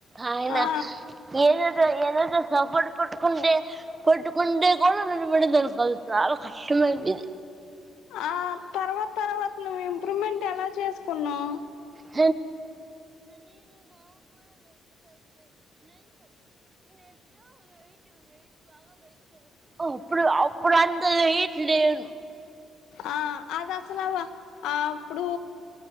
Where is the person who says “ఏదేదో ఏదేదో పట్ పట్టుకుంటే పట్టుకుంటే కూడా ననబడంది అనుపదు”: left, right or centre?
Right